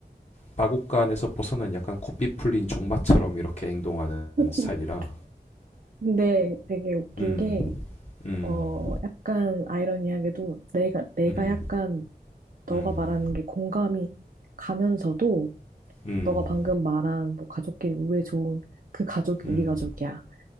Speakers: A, on the left; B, on the right.
A: 마곡간에서 벗어난 약간 고삐 풀린 종마처럼 이렇게 행동하는
B: <laughs>
A: 스타일이라
B: 근데 되게 웃긴
A: 음.
B: 게,
A: 음.
B: 어, 약간 아이러니하게도 내가, 내가
A: 음.
B: 약간 너가
A: 음.
B: 말하는 게 공감이 가면서도
A: 음.
B: 너가 방금 말한 뭐 가족끼리 우애 좋은 그 가족이
A: 음.
B: 우리 가족이야.